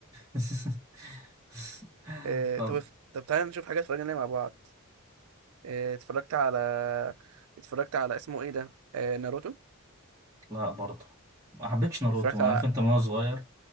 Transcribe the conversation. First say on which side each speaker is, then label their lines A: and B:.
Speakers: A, on the right (about 15°); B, on the right (about 75°).
A: <laughs>
B: آه،
A: طب
B: طب طب تعالى نشوف حاجه اتفرجنا عليها مع بعض آه، اتفرجت على اتفرجت على اسمه ايه ده آه، ناروتو
A: لا برضه ما حبيتش ناروتو
B: اتفرجت
A: أنا
B: على
A: عارف انت من وانا صغير